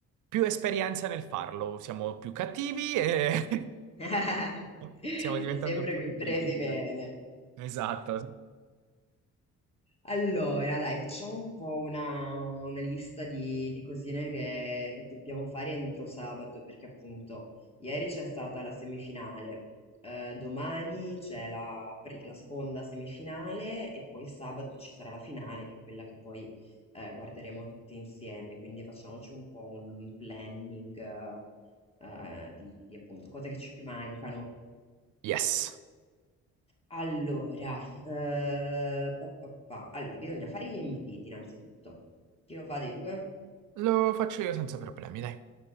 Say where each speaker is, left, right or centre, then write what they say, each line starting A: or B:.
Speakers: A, on the right; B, on the left.
A: più esperienza nel farlo, siamo più cattivi e
B: <laughs>
A: <laughs>
B: e
A: stiamo diventando
B: sempre
A: un po'
B: più
A: di critici,
B: presi bene.
A: dai. Esatto.
B: Allora, dai, facciamo un po' una, una lista di, di cosine che, che dobbiamo fare entro sabato, perché appunto ieri c'è stata la semifinale, eh, domani c'è la, pri- la seconda semifinale e poi sabato ci sarà la finale, che è quella che poi eh, guarderemo tutti insieme, quindi facciamoci un po' un planning eh, eh, di, di appunto cose che ci mancano.
A: Yes.
B: Allora, eh, pa, pa, pa. Allora, bisogna fare gli inviti innanzitutto. Chi lo fa dei due?
A: Lo faccio io senza problemi, dai.